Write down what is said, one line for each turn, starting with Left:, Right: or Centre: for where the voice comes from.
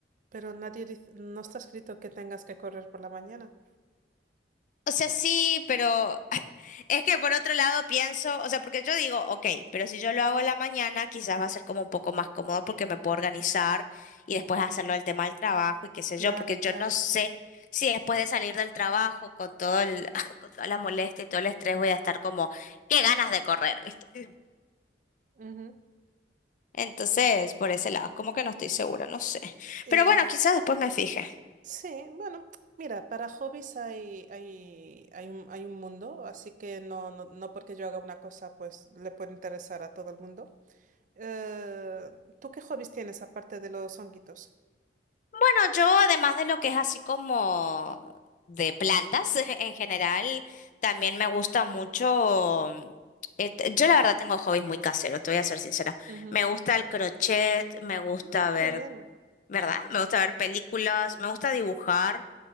Right: pero nadie dice, no está escrito que tengas que correr por la mañana.
Left: O sea, sí, pero <laughs> es que por otro lado pienso, o sea, porque yo digo, ok, pero si yo lo hago en la mañana, quizás va a ser como un poco más cómodo porque me puedo organizar y después hacerlo el tema del trabajo y qué sé
Right: Claro,
Left: yo, porque yo
Right: claro.
Left: no sé si después de salir del trabajo con todo el, <laughs> con toda la molestia y todo el estrés voy a estar como, qué ganas de correr, ¿viste? <laughs>
Right: Ujú.
Left: Entonces, por ese lado, como que no estoy segura, no sé.
Right: Y
Left: Pero bueno, quizás después me fije.
Right: Sí, bueno, mira, para hobbies hay, hay, hay un, hay un mundo, así que no, no, no porque yo haga una cosa, pues le puede interesar a todo el mundo. Eh, ¿tú qué hobbies tienes aparte de los honguitos?
Left: Bueno, yo además de lo que es así como de plantas <laughs> en general, también me gusta mucho, eh, t- yo la verdad tengo hobbies muy caseros, te voy a ser sincera.
Right: Ujú.
Left: Me gusta el crochet, me gusta
Right: Ah,
Left: ver,
Right: qué bien.
Left: ¿verdad? Me gusta ver películas, me gusta dibujar.